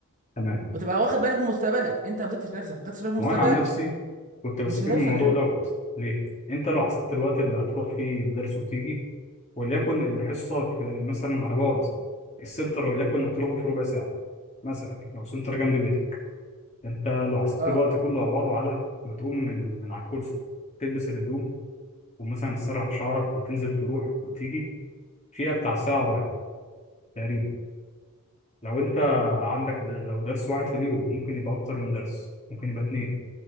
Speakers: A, on the left (about 30°); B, on the right (about 35°).
A: تمام
B: وتبقى واخد بالك من مستقبلك انت ما مسكتش نفسك ما خدتش بالك من
A: وانا
B: مستقبلك
A: عن نفسي كنت بستفيد
B: مش هتوصل
A: من الموضوع
B: لحاجه
A: دوت ليه انت لو حسبت الوقت اللي هتروح فيه الدرس وتيجي وليكن الحصه في مثلا على بعد السنتر وليكن هتروحه في ربع ساعه مثلا لو سنتر جنب بيتك انت لو حسبت
B: اه
A: الوقت كله على بعضه على ما تقوم من من على الكرسي تلبس الهدوم ومثلا تسرح شعرك وتنزل تروح وتيجي فيها بتاع ساعة رايحة تقريبا لو انت عندك د- لو درس واحد في اليوم ممكن يبقى اكتر من درس ممكن يبقى اتنين